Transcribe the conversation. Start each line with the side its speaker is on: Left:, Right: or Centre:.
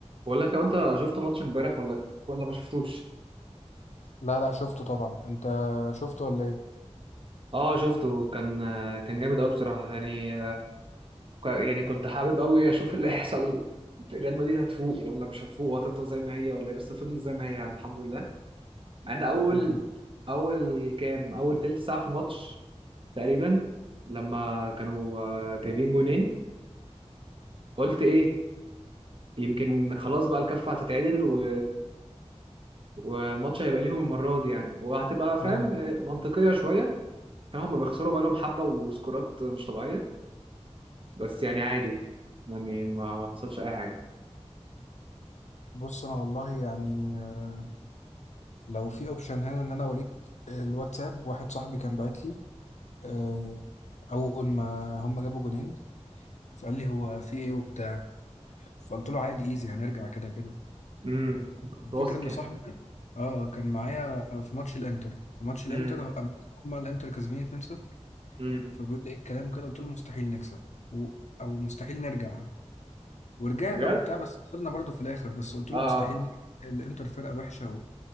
Right: بقول لك لو انت شفت ماتش امبارح ولا ولا ما شفتوش
Left: لا لا شفته طبعا انت شفته ولا ايه
Right: اه شفته كان كان جامد قوي بصراحه يعني ك- يعني كنت حابب قوي اشوف اللي هيحصل ريال مدريد هتفوق ولا مش هتفوق وهتفضل زي ما هي ولا ايه بس فضلت زي ما هي يعني الحمد لله مع ان اول
Left: مم.
Right: اول كام اول تلت ساعه في الماتش تقريبا لما كانوا آه، جايبين جونين قلت ايه يمكن خلاص بقى الكفه هتتعدل و... والماتش هيبقى ليهم المره دي يعني وهتبقى فاهم
Left: مم.
Right: آه، منطقيه شويه فهم بيخسروا بقى لهم حبة وسكورات مش طبيعية بس يعني عادي يعني ما, ما حصلش أي حاجة
Left: بص انا والله يعني آه، لو في اوبشن هنا ان انا اوريك الواتساب واحد صاحبي كان بعت لي آه، اول ما هم جابوا جونين فقال لي هو في ايه وبتاع فقلت له عادي ايزي هنرجع كده كده
Right: امم كنت
Left: الفكره
Right: واثق
Left: ان
Right: يعني
Left: صاحبي ده اه كان معايا في ماتش الانتر في ماتش الانتر
Right: امم
Left: أما هم الانتر كسبانين 2-0
Right: امم
Left: فبيقول لي ايه الكلام كده قلت له مستحيل نكسب و... او مستحيل نرجع ورجعنا
Right: بجد؟
Left: وبتاع بس خسرنا برضه في الاخر بس قلت له
Right: اه اه
Left: مستحيل نكسب، الانتر فرقه وحشه